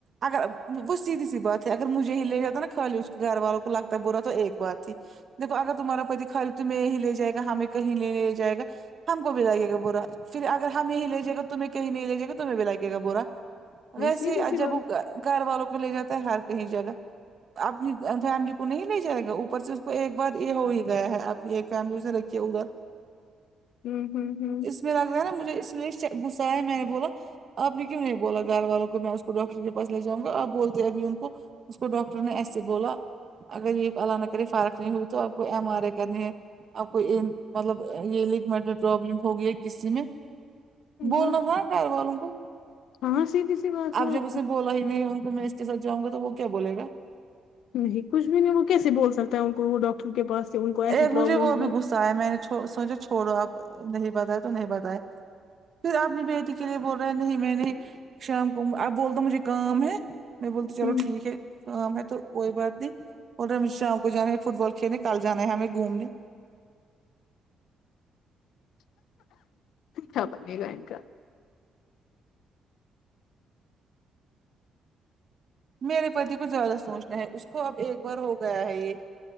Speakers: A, on the right; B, on the left.
A: اگر وہ سیدھی سی بات ہے اگر مجھے ہی لے جاتا نا خالی اس کے گھر والوں کو لگتا برا تو ایک بات ہی دیکھو اگر تمہارا پتی خالی تمہیں یہیں لے جائے گا ہمیں کہیں نہیں لے جائے گا ہم کو بھی لگے گا برا پھر اگر ہمیں ہی لجیے گا تمہیں کہیں نہیں لے جے گا تمہیں بھی لاگے گا برا
B: میں
A: ویسے
B: سیدھی
A: ہی ا
B: سی
A: جب
B: بات
A: گھر والوں کو لے جاتا ہے ہر کہیں جگہ اپنی فیملی کو نہیں لے جائے گا اوپر سے اس کو ایک بار یہ ہو ہی گیا ہے اپنی ایک فیملی اس نے رکھی ہے ادھر
B: ہوں ہوں ہوں
A: اس میں <unintelligible> لگ رہ ہے نا مجھے اس لیے غصہ آیا میں نے بولا آپ نے کیوں نہیں بولا گھر والوں کو میں اس کو ڈاکٹر کے پاس لے جاؤںنگا آپ بولتے ابھی ان کو اس کو ڈاکٹر نے ایسے بولا اگر یہ الله نا کرے فارق نہیں ہوئی تو آپ کو ایم آر اے کرنی ہے آپ کو مطلب یہ لگمٹ میں پروابلم ہوگیا کسی میں بولنا
B: ہوں
A: تھا گھر والوں کو
B: ہاں ںسیدھی سی بات ہے
A: اب
B: اور
A: جب اس نے بولا ہی نہیں ان کو میں اس کے ساتھ جاں گا تو وہ کیا بولے گا
B: نہیں کچھ بھی نہیں وہ کیسے بول سکتا ہے ان کو وہ ڈاکٹر کے پاس سے ان کو ایسی
A: اے
B: پرابلم
A: مجھے وہ بھی
B: ہے۔
A: غصہ اے میں نے سوچا چھوڑو اب نہیں بتائے تو نہیں بتائے پھر اپنی بیٹی کے لیے بول رہے نہیں میں نے شام کو اب بول دو مجھے کام ہے میں بولتی چلو
B: ہوں
A: ٹھیک ہے میں تو کوئی بات نہیں بول رہا بے مجھے شام کو جانا ہے فٹ بال کھیلنے کل جانا ہے ہمیں گھومنے
B: ھا بنے لاے گا
A: میرے پتی کو زیادہ سوچنا ہے اس کو اب ایک بار ہو گیا ہے یہ